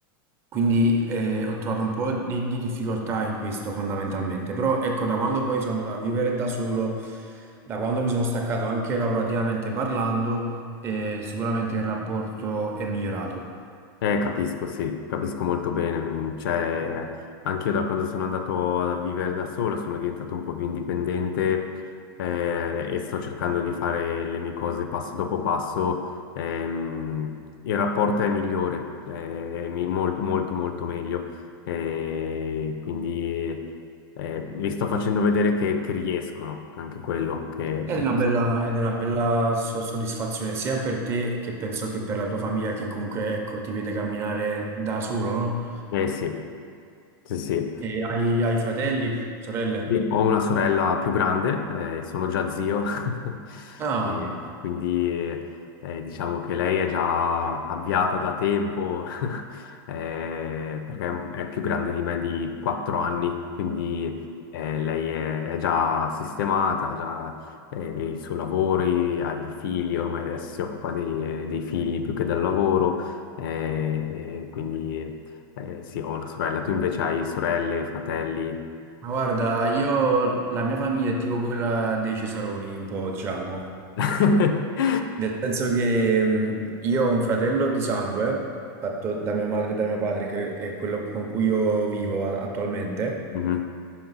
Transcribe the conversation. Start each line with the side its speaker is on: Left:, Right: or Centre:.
Right: Quindi eh, ho trovato un po' di, di difficoltà in questo fondamentalmente, però ecco da quando poi sono andato a vivere da solo, da quando mi sono staccato anche lavorativamente parlando, eh, sicuramente il rapporto è migliorato.
Left: Eh, capisco, sì, capisco molto bene. mm, Cioè, anch'io da quando sono andato a vivere da solo sono diventato un po' più indipendente eh, e sto cercando di fare le mie cose passo dopo passo. ehm, il rapporto è migliore, cioè, mi- mol- molto molto meglio. eh, quindi eh, vi sto facendo vedere che, che riescono, anche quello che,
Right: Ed
Left: che...
Right: è una bella, ed è una bella so- soddisfazione sia per te che penso che per la tua famiglia che comunque ecco, ti vede camminare da solo, no?
Left: Eh sì, sì, sì.
Right: E hai, hai fratelli, sorelle?
Left: Sì, Ho una sorella più grande, eh, sono già zio, <laughs>
Right: Ah.
Left: e quindi eh, diciamo che lei è già avviata da tempo, <laughs> eh, perché è più grande di me di 4 anni, quindi eh, lei è, è già sistemata, ha già eh, i suoi lavori, ha i figli, ormai adesso si occupa dei, dei figli più che del lavoro, eh, quindi eh, sì, ho una sorella, tu invece hai sorelle, fratelli?
Right: Ma guarda, io la mia famiglia è tipo quella dei Cesaroni, un po', diciamo,
Left: <laughs>
Right: nel senso che mh, io ho un fratello di sangue, fatto da mia madre e da mio padre, che è quello con cui io vivo a- attualmente,
Left: Mhm.